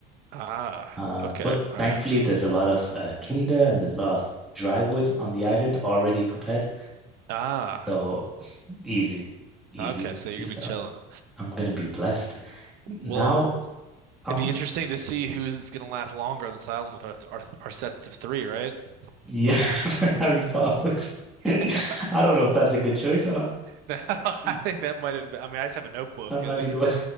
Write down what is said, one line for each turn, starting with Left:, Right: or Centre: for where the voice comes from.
Right: Ah,
Centre: Um,
Right: okay.
Centre: but
Right: All
Centre: thankfully
Right: right.
Centre: there's a lot of uh, tinder and there's a lot of dry wood on the island already prepared.
Right: Ah,
Centre: So easy, easy.
Right: okay. So you're
Centre: Just
Right: gonna be
Centre: go.
Right: chilling.
Centre: I'm gonna be blessed. Now
Right: Well,
Centre: I'm
Right: it'd be interesting to see who's gonna last longer on this island with our our, our sets of three, right? <laughs>
Centre: yeah, <laughs> my Harry Potter books. <laughs>
Right: Yeah.
Centre: I don't know if that's a good choice or not. <clears throat>
Right: <laughs> I
Centre: Mm.
Right: think that might have. I mean, I just have a notebook.
Centre: That might
Right: At least,
Centre: be the way.